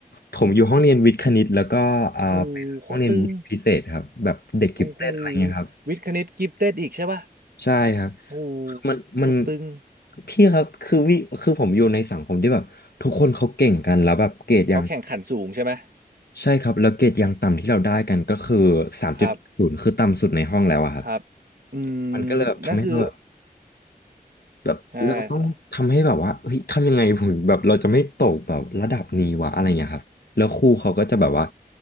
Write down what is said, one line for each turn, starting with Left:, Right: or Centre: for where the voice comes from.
Left: ผมอยู่ห้องเรียนวิทย์คณิตแล้วก็อ่าเป็นห้องเรียนวิทย์พิเศษครับแบบเด็กกิฟเต็ดอะไรเงี้ยครับ
Right: โอ้โหโคตรตึงโอ้โหวิทย์คณิตกิฟเต็ดอีกใช่ปะ
Left: ใช่ครับ
Right: โอ้โ
Left: คือมันมัน
Right: หสุดตึง
Left: พี่ครับคือวิคือผมอยู่ในสังคมที่แบบทุกคนเขาเก่งกันแล้วแบบเกรดยัง
Right: เขาแข่งขันสูงใช่ไหม
Left: ใช่ครับ แล้วเกรดยังต่ำที่เราได้กันก็คือสามจุดศูนย์คือต่ำสุดในห้องแล้วอะครับ
Right: ครับครับอืม
Left: มันก็เลยแบบทำให้เราแบบ
Right: นั่นคือ
Left: แบบเราต้องทำให้แบบว่าเฮ้ยทำยังไงผมแบบเราจะไม่ตกแบบระดับนี้วะอะไรเงี้ยครับแล้วครูเขาก็จะแบบว่า
Right: ใช่ครับ